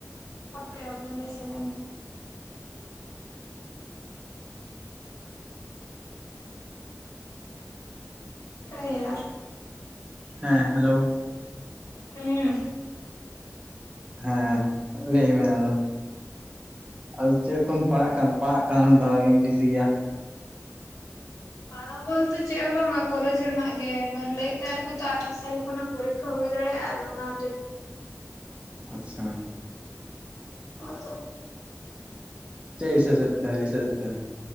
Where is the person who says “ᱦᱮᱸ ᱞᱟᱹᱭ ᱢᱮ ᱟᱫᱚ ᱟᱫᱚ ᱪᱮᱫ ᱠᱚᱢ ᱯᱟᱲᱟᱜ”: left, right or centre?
Right